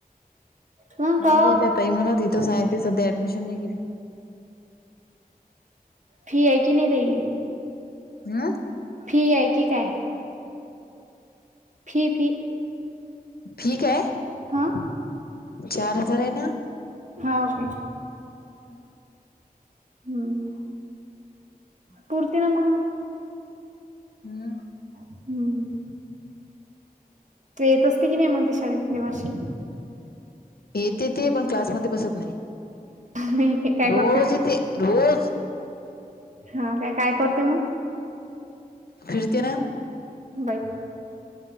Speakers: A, on the right; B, on the left.
A: मग
B: म्हणजे
A: का
B: त्या ताई म्हणत इथेच आहे ती सध्या ऍडमिशन नाही केली.
A: फि आहे की नाही रेडी.
B: ह..
A: फी आहे की काय. Fee fee.
B: फी काय.
A: हा
B: चार हजार हे ना.
A: हाव कायं.
B: ह.
A: हम्म. पूरते न मगं.
B: हम्.
A: हम्म. तू येत असते कि नाही मग ते शाळेत देवाषी.
B: येते ते पण क्लासमध्ये बसत नाही
A: नाही काय
B: रोज
A: करते
B: येते रोज.
A: हं.. काय करते मग.
B: फिरते ना.
A: बाई